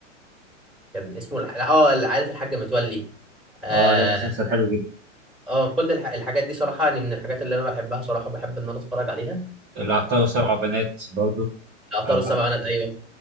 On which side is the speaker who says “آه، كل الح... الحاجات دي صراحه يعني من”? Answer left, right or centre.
Centre